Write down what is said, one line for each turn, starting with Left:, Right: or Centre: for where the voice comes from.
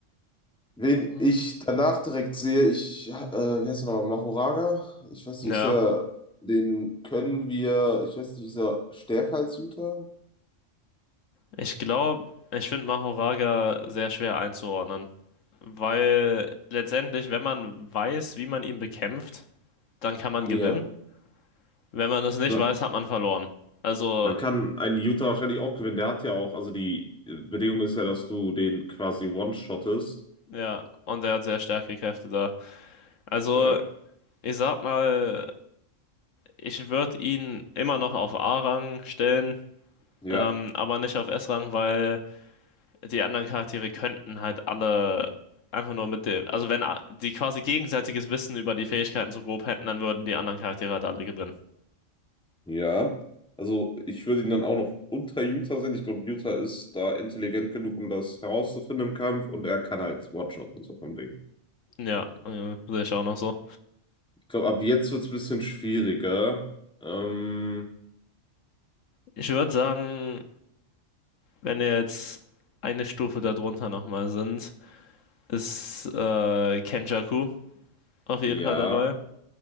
Centre: Wen
Left: Mhm.
Centre: ich danach direkt sehe, ich, äh, wie heißt er nochmal, Mahoraga? Ich weiß
Left: Ja,
Centre: nicht, ist er, den können wir, ich weiß nicht, ist er stärker als Yuta?
Left: ich glaube, ich finde Mahoraga sehr schwer einzuordnen. Weil letztendlich, wenn man weiß, wie man ihn bekämpft, dann kann man
Centre: Ja.
Left: gewinnen. Wenn man das nicht
Centre: Also,
Left: weiß, hat man verloren. Also,
Centre: dann kann ein Utah wahrscheinlich auch gewinnen. Der hat ja auch, also die äh, Bedingung ist ja, dass du den quasi one-shottest.
Left: ja, und er hat sehr starke Kräfte da. Also,
Centre: Ja,
Left: ich sag mal, ich würde ihn immer noch auf A-Rang stellen,
Centre: ja,
Left: ähm, aber nicht auf S-Rang, weil. die anderen Charaktere könnten halt alle einfach nur mit dem, also wenn a- die quasi gegenseitiges Wissen über die Fähigkeiten so grob hätten, dann würden die anderen Charaktere halt alle gewinnen.
Centre: ja. Also ich würde ihn dann auch noch unter Utah sehen. Ich glaube, Utah ist da intelligent genug, um das herauszufinden im Kampf und er kann halt One-Shotten, so vom Ding.
Left: Ja, äh, sehe ich auch noch so.
Centre: Ich glaube, ab jetzt wird es ein bisschen schwieriger. Ähm,
Left: Ich würde sagen, wenn wir jetzt eine Stufe darunter nochmal sind, ist äh, Kenjaku auf jeden
Centre: ja,
Left: Fall dabei.